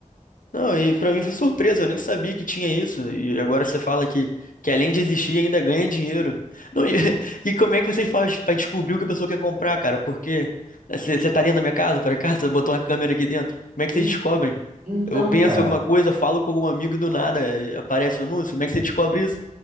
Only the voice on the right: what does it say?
En-
Então,
cara.